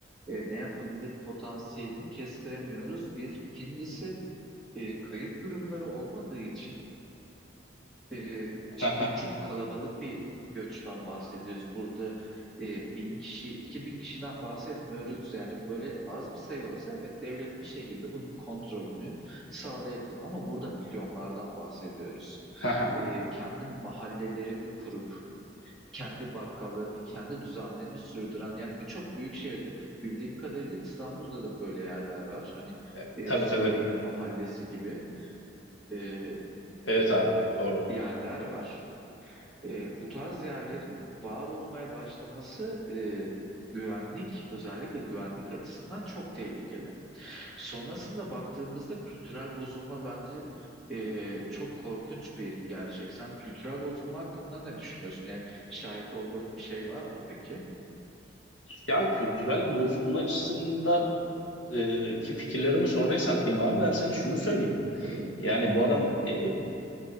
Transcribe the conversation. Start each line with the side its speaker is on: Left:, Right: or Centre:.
Centre: Ee, ne yapabilir potansiyelini kestiremiyoruz bir ikincisi e, kayıp durumları olmadığı için ee, şimdi
Left: Ha ha
Centre: çok kalabalık bir göçten bahsediyoruz. Burada e, bin kişi, iki bin kişiden bahsetmiyoruz. Yani böyle az bir sayı olsa evet devlet bir şekilde bunun kontrolünü sağlayabilir. Ama burada milyonlardan bahsediyoruz.
Left: ha ha.
Centre: Ee, kendi mahallelerini kurup, kendi bakkallarını, kendi düzenlerini sürdüren yani birçok büyük şehirde bildiğim kadarıyla İstanbul'da da böyle yerler var. Hani
Left: E,
Centre: e,
Left: Tabii
Centre: Suriyeli
Left: tabii.
Centre: mahallesi gibi e,
Left: Evet abi. Doğru.
Centre: yerler var. E, bu tarz yerlerin var olmaya başlaması e, güvenlik, özellikle güvenlik açısından çok tehlikeli. Sonrasında baktığımızda kültürel bozulma bence e, çok korkunç bir gerçek. Sen kültürel bozulma hakkında ne düşünüyorsun? Yani şahit olduğun bir şey var mı peki?
Left: Ya kültürel bozulma açısında e, ki fikirlerimi sonraya saklayayım abi. Ben sana şunu söyleyeyim.
Centre: Tabii.
Left: Yani bu adam e,